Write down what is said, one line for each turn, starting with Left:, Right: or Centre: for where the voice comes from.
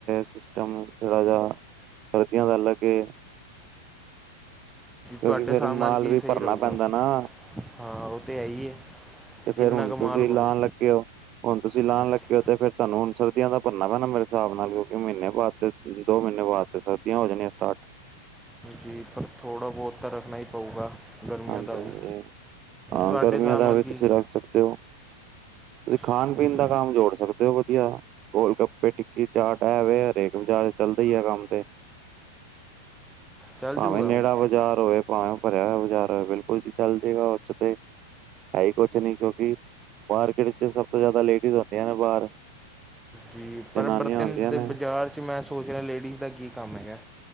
Right: ਸਿਸਟਮ ਥੋੜਾ ਜਿਹਾ, ਵਧੀਆ ਗੱਲ ਏ। ਕਿਉਂਕਿ
Centre: ਤੁਹਾਡੇ
Right: ਫੇਰ
Centre: ਹਿਸਾਬ ਨਾਲ
Right: ਮਾਲ
Centre: ਕੀ
Right: ਵੀ
Centre: ਸਹੀ
Right: ਭਰਨਾ
Centre: ਰਹੂਗਾ,
Right: ਪੈਂਦਾ ਨਾ
Centre: ਹਾਂ ਉਹ ਤੇ ਹੈ ਹੀ ਏ।
Right: ਤੇ
Centre: ਜਿੰਨਾ
Right: ਫੇਰ ਹੁਣ
Centre: ਕਿ
Right: ਤੁਸੀਂ
Centre: ਮਾਲ ਭਰੋ।
Right: ਲਾਣ ਲੱਗੇ ਹੋ ਹੁਣ ਤੁਸੀਂ ਲਾਉਣ
Centre: ਹਾਂਜੀ
Right: ਲੱਗੇ ਹੋ ਤੇ ਫਿਰ ਤੁਹਾਨੂੰ ਹੁਣ ਸਰਦੀਆਂ ਦਾ ਭਰਨਾ ਪੈਣਾ, ਮੇਰੇ ਹਿਸਾਬ ਨਾਲ, ਕਿਉਂਕਿ ਮਹੀਨੇ ਬਾਅਦ ਤੇ। ਦੋ ਮਹੀਨੇ ਬਾਅਦ ਤੇ ਫਿਰ, ਸਰਦੀਆਂ ਹੋ ਜਾਣੀਆਂ ਸਟਾਰਟ
Centre: ਜੀ, ਪਰ ਥੋੜ੍ਹਾ ਬਹੁਤ ਤਾਂ ਰੱਖਣਾ ਹੀ ਪਊਗਾ। ਗਰਮੀਆਂ
Right: ਹਾਂਜੀ-
Centre: ਦਾ ਵੀ
Right: ਹਾਂਜੀ, ਹਾਂ
Centre: ਤੁਹਾਡੇ
Right: ਗਰਮੀਆਂ
Centre: ਹਿਸਾਬ
Right: ਦਾ
Centre: ਨਾਲ
Right: ਵੀ,
Centre: ਕੀ
Right: ਤੁਸੀਂ ਰੱਖ ਸਕਦੇ ਹੋ। ਤੁਸੀਂ ਖਾਣ
Centre: ਜੀ
Right: ਪੀਣ ਦਾ ਕੰਮ ਜੋੜ ਸਕਦੇ ਹੋ ਵਧੀਆ, ਗੋਲ ਗੱਪੇ, ਟਿੱਕੀ ਚਾਟ। ਐਵੇ ਹਰੇਕ ਵੀਚਾਰ ਚੱਲਦਾ ਹੀ ਆ ਕੰਮ ਤੇ,
Centre: ਚੱਲ
Right: ਭਾਵੇਂ
Centre: ਜੂਗਾ
Right: ਨੇੜਾ।
Centre: ਉਹ
Right: ਬਜ਼ਾਰ ਹੋਏ ਵੇ ਭਾਵੇਂ ਭਰਿਆ ਹੋਇਆ ਬਾਜ਼ਾਰ ਹੋਏ ਬਿਲਕੁਲ ਕੋਈ ਵੀ ਚੱਲ ਜੇਗਾ ਉਚ ਤੇ ਹੈਈ ਕੁਛ ਨੀ ਕਿਉਂਕਿ ਮਾਰਕੀਟ ਚ ਸਭ ਤੋਂ ਜ਼ਿਆਦਾ ਲੇਡੀਜ਼ ਹੋਂਦਿਆਂ ਨੇ ਬਾਹਰ
Centre: ਜੀ, ਪਰ
Right: ਜਨਾਨੀਆਂ
Centre: ਬਰਤਨ
Right: ਹੁੰਦੀਆਂ
Centre: ਦੇ
Right: ਨੇ
Centre: ਬਾਜ਼ਾਰ 'ਚ ਮੈਂ ਸੋਚ ਰਿਹਾ, ਲੇਡੀਜ਼ ਦਾ ਕੀ ਕੰਮ ਹੈਗਾ।